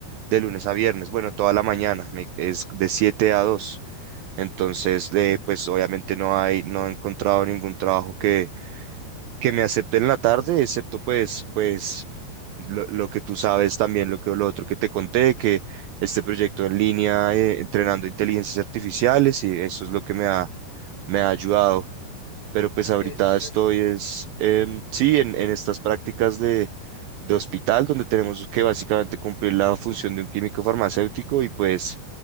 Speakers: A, on the right (about 80°); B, on the left (about 60°).
A: de lunes a viernes, bueno, toda la mañana, me- es de siete a dos, Entonces, eh, pues obviamente no hay, no he encontrado ningún trabajo que, que me acepte en la tarde, excepto pues, pues lo, lo que tú sabes también, lo que lo otro que te conté, que este proyecto en línea, eh, entrenando inteligencias artificiales, y eso es lo que me ha, me ha ayudado pero pues
B: Sí,
A: ahorita
B: sí,
A: estoy
B: sí.
A: es, em, sí, en, en estas prácticas de, de hospital donde tenemos que básicamente cumplir la función de un químico farmacéutico y pues